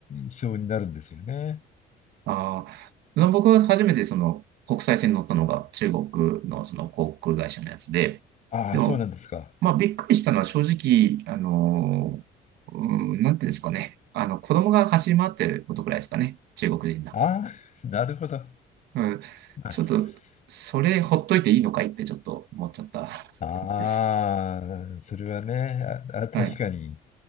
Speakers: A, on the left; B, on the right.
A: 性になるんですよね。
B: ああ、僕は初めてその国際線に乗ったのが中国のその航空会社のやつで、
A: ああ、
B: でも、
A: そうなんですか。
B: まあびっくりしたのは正直、あのうん、なんていうんですかね。あの、子供が走り回ってることくらいですかね。中国人な。
A: ああ、<laughs> なるほど。
B: うん。
A: あ、
B: ちょっと、
A: す
B: それほっといていいのかいってちょっと思っちゃった
A: あー、
B: <laughs> です。
A: それはね、あ、あ確かに、
B: はい。